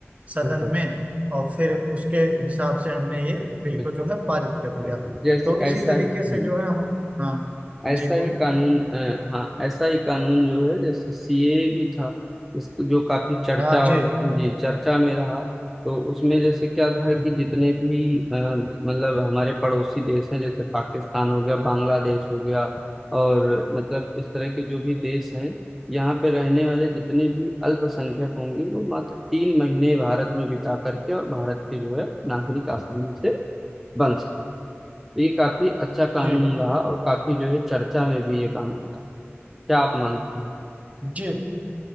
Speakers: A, on the right (about 30°); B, in the centre.
A: सदन
B: बिल्कुल
A: में और फिर उसके हिसाब से हमने ये बिल
B: बिल्कुल
A: को जो है पारित कर
B: बिल्कुल
A: दिया
B: जैसे
A: तो इसी
B: ऐसा
A: तरीके
B: ही हम्म
A: से जो है हम हाँ
B: ऐसा
A: जी बोलिए
B: ही कानून अ, हाँ ऐसा ही कानून जो है जैसे सीए भी था इसको जो काफी चर्चा
A: हाँ जी
B: और जी चर्चा में रहा तो उसमें जैसे क्या था
A: हम्म,
B: कि जितने भी अ, मतलब हमारे पड़ोसी देश हैं जैसे पाकिस्तान हो गया बांग्लादेश हो गया और मतलब इस तरह के जो भी देश हैं यहाँ पे रहने वाले जितने भी अल्पसंख्यक होंगे वो मात्र तीन महीने भारत में बिता करके और भारत के जो है नागरिक आसानी से बन सकते हैं। तो ये काफी अच्छा कानून
A: जी
B: रहा और काफी जो है चर्चा में भी ये कानून रहा क्या आप मानते हैं
A: जी